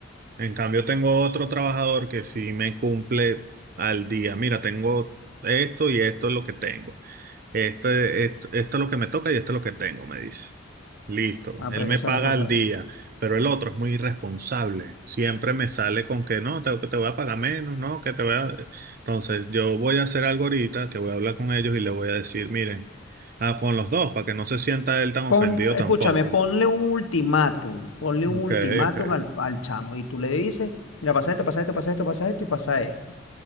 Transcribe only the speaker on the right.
En cambio, tengo otro trabajador que sí me cumple al día. Mira, tengo esto y esto es lo que tengo. Esto, es- esto, esto es lo que me toca y esto es lo que tengo, me dice. Listo,
él
me
paga
al día, pero el otro es muy irresponsable. Siempre me sale con que no, te, que te voy a pagar menos, no, que te voy a... Entonces, yo voy a hacer algo ahorita, que voy a hablar con ellos y le voy a decir, miren, ah, con los dos, para que no se sienta él tan ofendido
tampoco.
Ok,
ok.